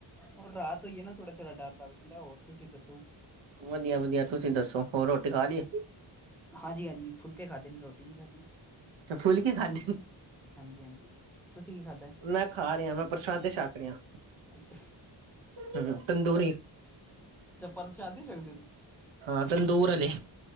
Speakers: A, in the centre; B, on the right.
A: ਹੁਣ ਰਾਤ ਹੋਈਏ ਨਾ ਥੋੜ੍ਹਾ-ਥੋੜ੍ਹਾ ਡਰ ਲੱਗ ਜਾਂਦਾ ਹੋਰ ਤੁਸੀਂ ਦੱਸੋ।
B: ਵਧੀਆ-ਵਧੀਆ, ਤੁਸੀਂ ਦੱਸੋ ਹੋਰ ਰੋਟੀ ਖਾ ਲੀਆ।
A: ਹਾਂਜੀ-ਹਾਂਜੀ, ਫੁਲਕੇ ਖਾਧੇ ਨੇ ਰੋਟੀ ਨੀ ਖਾਧੀ।
B: ਅੱਛਾ ਫੁਲਕੇ ਖਾਦੇ।
A: ਹਾਂਜੀ ਹਾਂਜੀ ਤੁਸੀਂ ਕੀ ਖਾਧਾ
B: ਮੈਂ ਖਾ ਰਿਹਾ ਵਾ, ਮੈਂ ਪ੍ਰਸ਼ਾਦੇ ਛੱਕ ਰਿਹਾ।
A: ਅੱਛਾ।
B: ਹੂੰ, ਤੰਦੁਰੀ।
A: ਅੱਛਾ, ਪਰਸਾਦੇ ਛਕਦੇ ਹੋ ਤੁਸੀਂ।
B: ਹਾਂ, ਤਨਦੂਰ ਆਲੇ।